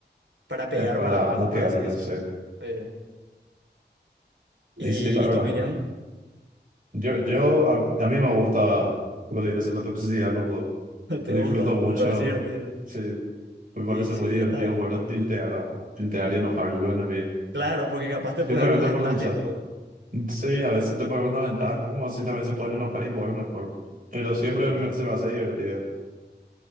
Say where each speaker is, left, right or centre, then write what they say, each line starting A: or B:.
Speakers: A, on the right; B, on the right.
A: para pegar
B: para
A: para abajo,
B: moquearme,
A: por así decirlo.
B: sí.
A: Eh, ¿y,
B: Y sí, la verdad.
A: y tu opinión?
B: Yo, yo, a, a mí me gusta lo de ir a hacer la toxicidad en los juegos.
A: <laughs> ¿Te
B: Disfruto
A: gusta?
B: mucho.
A: ¿Te parece divertido?
B: Sí, me parece
A: Y sí,
B: muy divertido
A: está bien.
B: poder tiltear, a, tiltear y enojar a los enemigos.
A: Claro, porque capaz te
B: Simplemente
A: puede dar una
B: por
A: ventaja
B: el chat.
A: y todo.
B: Sí, a veces te puede dar una ventaja, como así también se pueden enojar y jugar mejor. Pero siempre
A: Sí,
B: me-
A: tan-
B: se me hace divertido.